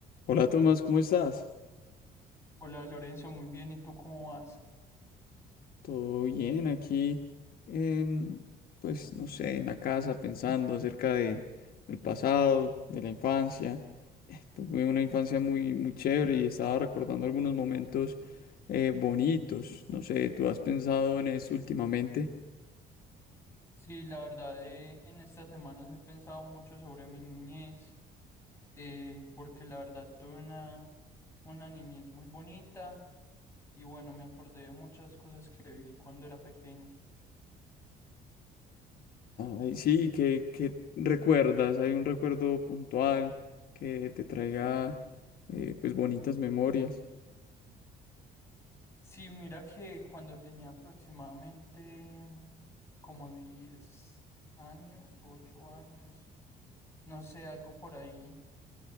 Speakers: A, on the left; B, on the left.
A: Hola Tomás, ¿cómo estás?
B: Hola Lorenzo, muy bien, ¿y tú cómo vas?
A: ¿Todo bien aquí? em, pues no sé, en la casa pensando acerca de, del pasado, de la infancia. Eh, Tuve una infancia muy, muy chévere y estaba recordando algunos momentos eh, bonitos. No sé, ¿tú has pensado en eso últimamente?
B: Sí, la verdad, eh, en estas semanas he pensado mucho sobre mi niñez, eh, porque la verdad tuve una, una niñez muy bonita y bueno, me acordé de muchas cosas que viví cuando era pequeño.
A: Ay, sí, ¿qué, qué recuerdas? ¿Hay un recuerdo puntual que te traiga eh, pues bonitas memorias?
B: Sí, mira que cuando tenía aproximadamente mm, como 10 años, 8 años, no sé, algo por ahí,